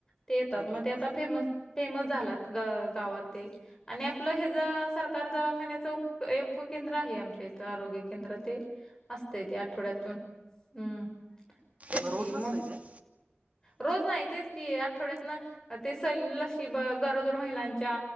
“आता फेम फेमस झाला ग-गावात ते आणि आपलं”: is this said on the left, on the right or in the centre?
Left